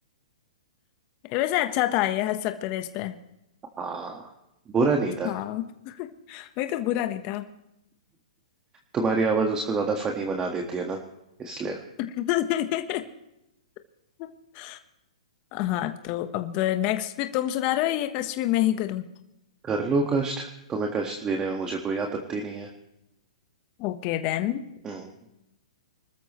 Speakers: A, on the left; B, on the right.
A: ये वैसे अच्छा था ये हंस सकते थे इस पे
B: हाँ बुरा नहीं था
A: हाँ <laughs> वही तो बुरा नहीं था
B: तुम्हारी आवाज उसको ज्यादा फनी बना देती है ना इसलिए
A: <laughs> हाँ तो अब नेक्स्ट भी तुम सुना रहे हो ये कष्ट भी मैं ही करूँ
B: कर लो कष्ट तुम्हें कष्ट देने में मुझे कोई आपत्ति नहीं है
A: Okay then
B: हम्म